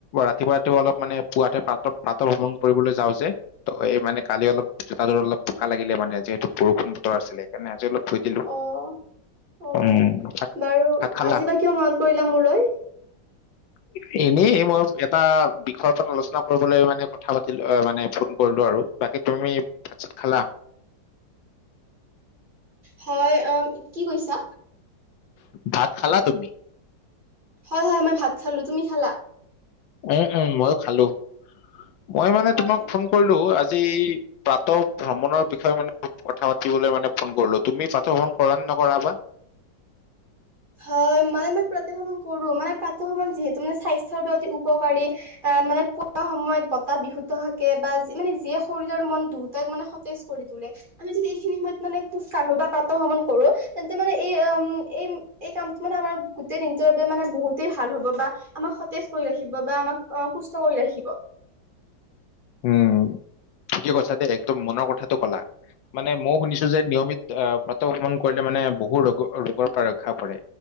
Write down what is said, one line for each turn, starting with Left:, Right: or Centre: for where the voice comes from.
Left: ৰাতিপুৱা-ৰাতিপুৱা অলপ মানে পুৱাতে পাত পাত স্মৰণ কৰিবলৈ যাওঁ যে ত' এই মানে মানে কালি অলপ, জোতা জোৰ অলপ বোকা লাগিলে মানে, যিহেতু বৰষুণ বতৰ আছিলে, সেইকাৰণে আজি অলপ ধুই দিলো।
Right: আহ। অ'
Left: উম, ভাত
Right: বাৰু
Left: ভাত খালা?
Right: আজি বা কিয় মনত কৰিলা মোলৈ।
Left: <inaudible> এনেই মই এটা বিষয়ৰ ওপৰত আলোচনা কৰিবলৈ মানে কথা পাতিলো, মানে ফোন কৰিলো আৰু। বাকী তুমি ভাত চাত খালা?
Right: হয় অ' কি কইছা।
Left: ভাত খালা তুমি?
Right: হয় হয়, মই ভাত খালো, তুমি খালা?
Left: উম উম, মইো খালো, মই মানে
Right: হয়
Left: তোমাক ফোন কৰিলো আজি যে এই প্ৰাত ভ্ৰমণৰ বিষয়ে মানে কথা পাতিবলৈ মানে ফোন কৰিলো, তুমি পাথ ফোন কৰা নে নকৰা বা।
Right: হয় মানে ম প্ৰতি ভ্ৰমন কৰো মানে প্ৰন যিহেতু মানে স্বাস্থ্যৰ অতি উপকাৰী মানে পুৱা সময়ত বতাহ বিশুদ্ধ থাকে বা মানে যিয়ে শৰীৰ আৰু মন দুহটাক মানে সতেজ পৰি থ আমি যদি এইখিনি সময়ত মানে খোজ কাঢ়ো বা পাত ভ্ৰমন কৰো তেন্তে মানে এই, উম এই এই কামটো মানে আমাৰ গোটেই দিনটোৰ বাবে মানে বহুতেই ভাল হব, বা আমাক সতেজ কৰি ৰাখিব বা আমাক আ সুস্থ কৰি ৰাখিব।
Left: উম, ঠিকেই কৈছা দেই একদম মনৰ কথাটো ক'লা। মানে মইও শুনিছো যে নিয়মিত আহ পত ভ্ৰমণ কৰিলে মানে বহু ৰোগ ৰোগৰ পৰা ৰক্ষা পৰে।